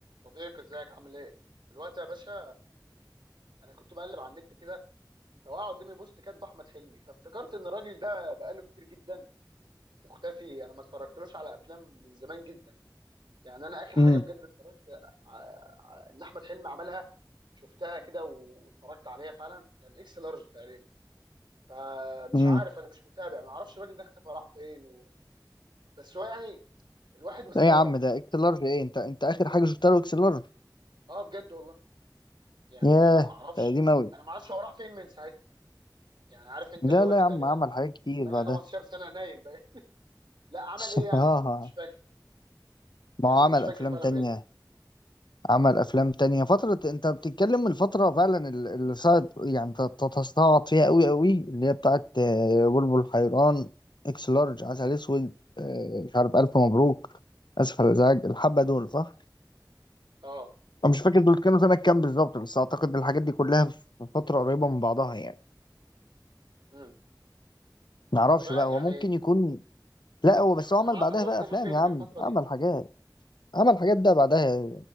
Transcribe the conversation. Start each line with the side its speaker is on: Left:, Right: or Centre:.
Right: صديقي ازيك عامل ايه؟ دلوقتي يا باشا انا كنت بقلب على النت كده فوقع قدامي بوست كاتب احمد حلمي فافتكرت ان الراجل ده بقاله كتير جدا مختفي انا ما اتفرجتلوش على افلام من زمان جدا يعني انا اخر حاجه
Left: امم
Right: بجد اتفرجت ع- ع- ان احمد حلمي عملها شفتها كده واتفرجت عليها فعلا كان اكس لارج تقريبا فمش
Left: امم
Right: عارف انا مش متابع ما اعرفش الراجل ده اختفى راح فين و... بس هو يعني الواحد مستغرب
Left: لا يا عم ده اكس لارج ايه انت انت اخر حاجه شفتها له اكس لارج
Right: اه بجد والله يعني
Left: ياه
Right: ما ما اعرفش
Left: ده قديم اوي
Right: انا ما اعرفش هو راح فين من ساعتها يعني عارف انت
Left: لا
Right: اللي هو
Left: لا
Right: انا
Left: يا
Right: تقريبا
Left: عم عمل حاجات كتير
Right: بقالي
Left: بعدها
Right: 15 سنه نايم بقى لا عمل
Left: <laughs>
Right: ايه يعني
Left: اه
Right: مش مش فاكر
Left: ما
Right: يعني
Left: هو عمل
Right: مش فاكر
Left: افلام
Right: فعلا
Left: تانية
Right: بجد
Left: عمل افلام تانية فتره انت بتتكلم من الفتره فعلا ال- اللي صعد يعني ت- ت- تستعبط فيها اوي اوي اللي هي بتاعت آه، بلبل حيران اكس لارج عسل اسود آه، مش عارف الف مبروك اسف على الازعاج الحبه دول صح
Right: اه
Left: انا مش فاكر دول كانوا سنه كام بالظبط بس اعتقد الحاجات دي كلها في فتره قريبه من بعضها يعني
Right: امم
Left: معرفش
Right: طب أنا-
Left: بقى هو
Right: يعني
Left: ممكن يكون لا هو بس هو
Right: انا
Left: عمل
Right: مع...
Left: بعدها
Right: هو
Left: بقى
Right: اختفى
Left: افلام
Right: فين
Left: يا عم
Right: في الفتره
Left: عمل
Right: دي
Left: حاجات عمل حاجات ده بعدها